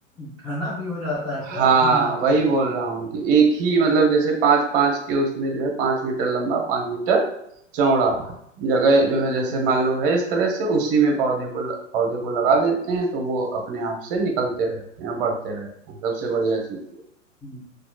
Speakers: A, in the centre; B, on the right.
A: घना भी हो जाता है क्या
B: हाँ
A: अपने आप
B: वही
A: ही है
B: बोल रहा हूँ कि एक ही मतलब जैसे पाँच पाँच के उसमें जो है पाँच मीटर लंबा पाँच मीटर चौड़ा जगह जो है जैसे
A: हम्म
B: मान लो है इस तरह से उसी में पौधे को ल- पौधे को लगा देते हैं तो वो अपने आप से निकलते रहते हैं बढ़ते रहते हैं सबसे बढ़िया चीज
A: हम्म,